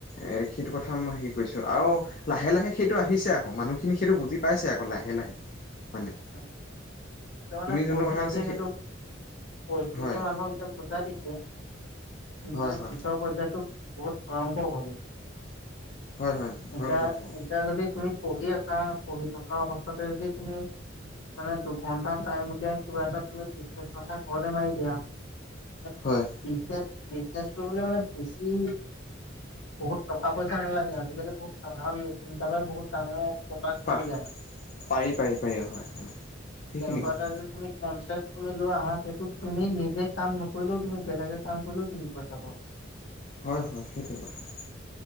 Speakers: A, on the left; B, on the left.
A: এ' সেইটো কথাও মই হেৰি কৰিছো, আৰু লাহে লাহে সেইটো আহিছে আকৌ, মানুহখিনি সেইটো বুজি পাইছে আকৌ লাহে লাহে। মানে
B: তাৰ মানে
A: তুমি যোনটো
B: পৰিস্থিতিয়ে
A: কথা কৈছা সেই
B: সেইটো পৰিস্থিতিয়ে
A: হয়
B: মানুহক যেন বুজাই দিছে। কি
A: হয়
B: মানে
A: হয়
B: পিছৰ পৰ্যায়তো <unintelligible>
A: হয় হয় ভয়ংকৰ
B: ইটা,
A: হ'ব
B: ইটা যদি তুমি পঢ়ি আছা, পঢ়ি থকা অৱস্থাতে যদি তুমি মানে দু ঘণ্টা টাইম উলিয়াই কিবা এটা তুমি <unintelligible> ঘৰতে মাৰি দিয়া <unintelligible>
A: হয়
B: বিজনেচ কৰিবলে মানে বেছি বহুত টকা পইচা নালাগে আজিকালি বহুত সাধাৰণ ল তাৰ পৰা বহুত ডাঙৰ প্ৰডাক্ট বনি
A: পাহ,
B: যায়।
A: পাৰি, পাৰি, পাৰি, অ', হয়, হয়
B: এনেকুৱা
A: কথা
B: এটা যে তুমি কম পইচা তুমি লোৱা আহা, সেইটো তুমি নিজে কাম নকৰিলেও তুমি বেলেগে কাম কৰিলেও তুমি পইচা পা
A: হয় হয় সেইটোৱে কথাটো